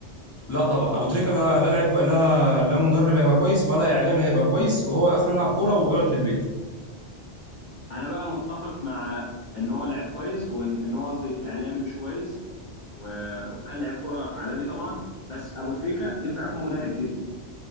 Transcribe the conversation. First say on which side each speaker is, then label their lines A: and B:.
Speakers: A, on the left; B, on the left.
A: لا طبعا ابو تريكه لا لا لعيب كو- لا لا مدرب هيبقى كويس ولا اعلامي هيبقى كويس وهو اخره يلعب كوره ويقعد في البيت
B: انا بقى متفق مع ان هو لعيب كويس وان إن هو قصدي اعلامي مش كويس و... وكان لعيب كره عالمي طبعا بس ابو تريكه ينفع يكون مدرب جدا